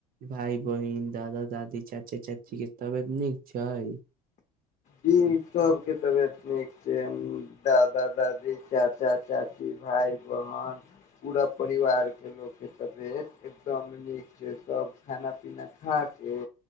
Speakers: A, on the right; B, on the left.
A: भाय बहिन, दादा दादी, चाचा चाची के तबियत नीक छै?
B: हुं, सब के तबियत नीक छै, दादा दादी, चाचा चाची, भाय बहन, पुरा परिवार के तबियत एकदम नीक छै, सब खाना पीना खा के